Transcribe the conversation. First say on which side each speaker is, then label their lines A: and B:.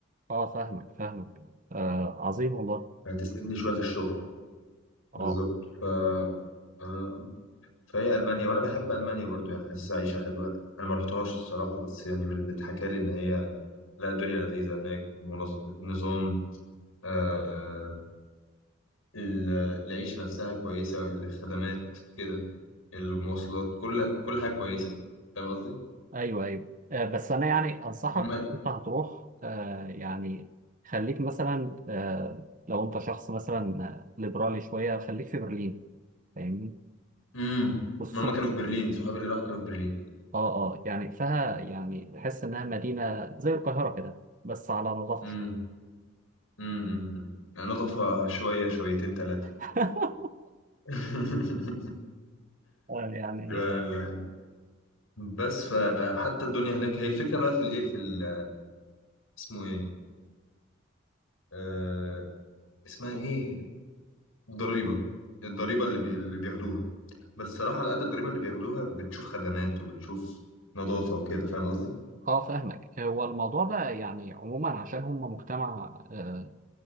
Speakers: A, on the right; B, on the left.
A: اه فاهمك فاهمك آه عظيم والله
B: هتسندني شوية في الشغل بالظبط
A: اه
B: ف... آه، فهي ألمانيا وأنا بحب ألمانيا برضو يعني حاسس عيشة حلوة أنا ما رحتهاش الصراحة بس يعني من اللي اتحكى لي إن هي لا الدنيا لذيذة هناك منظ... نظام آه... ال- العيشة نفسها كويسة الخدمات كده المواصلات كل كل حاجة كويسة فاهم قصدي؟
A: ايوه ايوه آه، بس انا يعني انصحك
B: هم
A: انت هتروح آه، يعني خليك مثلا آه، لو انت شخص مثلا آه، ليبرالي شويه خليك في برلين فاهمني
B: امم
A: خصوصا
B: ما هم كانوا في برلين صحابي اللي راحوا كانوا في برلين
A: اه اه يعني فيها يعني تحس انها مدينه زي القاهره كده بس على نظافه
B: امم
A: شويه
B: امم أمم. يعني نضف شوية شويتين ثلاثة
A: <laughs>
B: <laughs>
A: آه، يعني
B: آه، بس فحتى الدنيا هناك هي الفكرة بقى في الايه في ال- اسمه ايه آه اسمها ايه الضريبة الضريبة اللي, بي اللي بياخدوها بس صراحة على قد الضريبة اللي بياخدوها بتشوف خدمات وبتشوف نظافة وكده فاهم قصدي؟
A: اه فاهمك هو الموضوع ده يعني عموما عشان هم مجتمع آه،